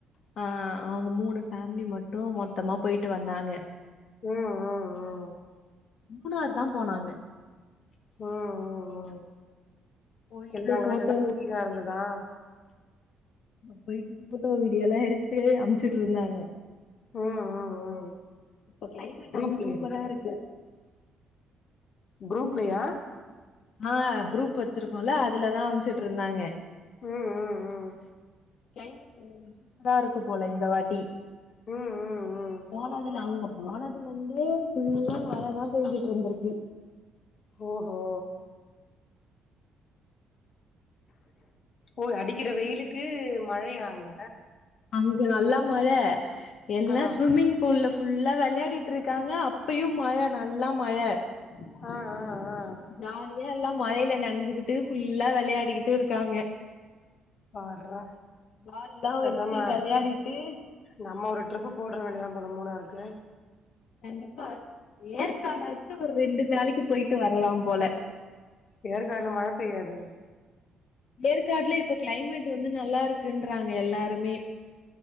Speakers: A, on the left; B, on the left.
A: அ அவுங்க மூணு ஃபேம்லி மட்டு மொத்தமா பொய்ட்டு வந்தாங்க
B: ம் ம் ம்
A: மூணாருதா போனாங்க
B: ம் ம் ம்
A: பொய்ட்டு
B: எல்லா அங்கலா
A: போட்டோ
B: நல்லா கூலிங்கா இருந்ததா
A: பொய்ட்டு போட்டோ வீடியோல்லா எடுத்து அமுச்சுட்ருந்தாங்க
B: ம் ம் ம்
A: இப்ப கிளைமேட்
B: குரூப்லயா
A: வந்து சூப்பரா இருக்கு
B: குரூப்லியா
A: ஆ குரூப் வச்சிருக்கோல அதுலதா அமைச்சுட்ருந்தாங்க
B: ம் ம் ம்
A: கிளைமேட் வந்து சூப்பரா இருக்கு போல இந்த வாட்டி
B: ம் ம் ம்
A: போனதுல அவுங்க போனதுல இருந்தே ஃபுல்லா மழைதா பெஞ்சுட்ருந்திருக்கு
B: ஓஹோ ஓ அடிக்கிற வெயிலுக்கு மழையா அங்க
A: அங்க நல்ல மழ எல்லா
B: ஆ
A: ஸ்விம்மிங் பூல்ல ஃபுல்லா விளையாடிட்டு இருக்காங்க அப்பயு மழ நல்லா மழ
B: அ அ அ
A: ஜாலியா எல்லா மலையில நனைஞ்சுகிட்டு ஃபுல்லா விளையாடிக்கிட்டு இருக்காங்க
B: பார்றா
A: பால்லா
B: பேசாம
A: வச்சு விளையாடிட்டு
B: நம்ம ஒரு ட்ரிப்பு போட வேண்டியதா போல மூணாறுருக்கு
A: கண்டிப்பா ஏற்காடாச்சு ஒரு ரெண்டு நாளைக்கு பொய்ட்டு வர்லா போல
B: ஏற்காட்ல மழ பெய்யாது
A: ஏற்காடுல இப்ப கிளைமேட் வந்து நல்லா இருக்குன்றாங்க எல்லாருமே